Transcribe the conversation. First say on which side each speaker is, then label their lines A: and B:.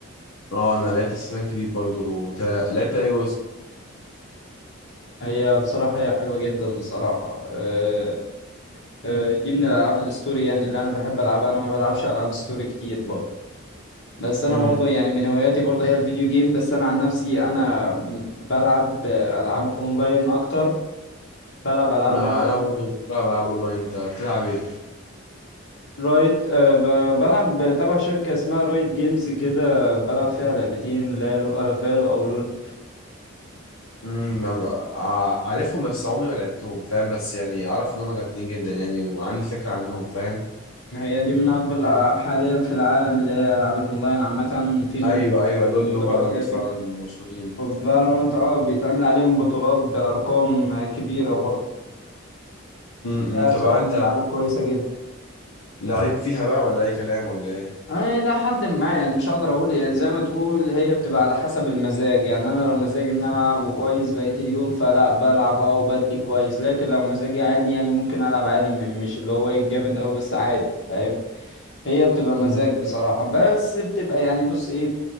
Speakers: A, on the left (about 80°); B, on the left (about 55°).
A: اه انا لعبت اساسن كريد برضو تا- لعبت اي جزء
B: هي بصراحه هي حلوه جدا بصراحه أه أه دي من الالعاب الستوري يعني اللي انا بحب العبها انا ما بلعبش العاب ستوري كتير برضه بس انا
A: امم
B: برضو يعني من هواياتي برضو هي الفيديو جيم بس انا عن نفسي انا م- بلعب العاب اونلاين اكتر بلعب العاب
A: ما
B: اونلاين
A: انا برضو بلعب العاب اونلاين انت بتلعب ايه
B: رايت آه، ب- بلعب تبع شركة اسمها رايت جيمز كده بلعب فيها لعبتين لالو آه، فالو او لول
A: امم ما ب... ع- عارفهم بس عمري ما لعبتهم فاهم بس يعني اعرف ان هم جامدين جدا يعني وعندي فكره عنهم فاهم
B: هي دي من اكبر الالعاب حاليا في العالم اللي هي العاب الاونلاين عامة في منهم
A: ايوه ايوه لولو
B: كمبيوتر
A: وفالورانت
B: والحاجات
A: فعلا
B: دي
A: مشهورين
B: وفالورانت اه بيتعمل عليهم بطولات بارقام كبيرة برضو
A: امم
B: ده
A: طب
B: بصراحة
A: بقى انت
B: من الالعاب الكويسة جدا
A: لعيب فيها بقى ولا اي كلام ولا ايه
B: أي لا حد ما يعني مش هقدر اقول يعني زي ما تقول هي بتبقى على حسب المزاج يعني انا لو مزاجي ان انا العبه كويس بقية اليوم فلا بلعب اه وبدي كويس لكن لو مزاجي عادي يعني ممكن العب عادي م- مش اللي هو ايه الجامد اوي بس عادي فاهم هي بتبقى مزاج
A: امم
B: بصراحة بس بتبقى يعني بص ايه